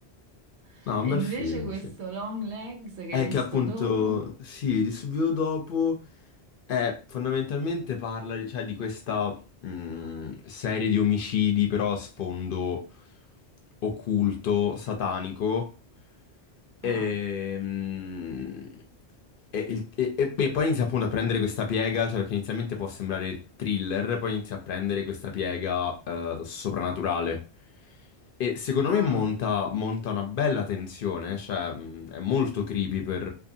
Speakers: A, on the right; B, on the left.
A: <laughs>
B: No, un
A: e
B: bel
A: invece
B: film,
A: questo
B: sì.
A: Long Legs che
B: È
A: hai visto
B: che appunto,
A: dopo.
B: sì, di subito dopo. Eh, fondamentalmente parla, di cioè, di questa mh, serie di omicidi, però a sfondo occulto, satanico. Ehm,
A: Ah,
B: E, il- e- e- e poi inizia appunto a prendere questa piega, cioè perché inizialmente può sembrare thriller, poi inizia a prendere questa piega eh, soprannaturale. E secondo
A: ah.
B: me monta, monta una bella tensione, cioè mh, è molto creepy per,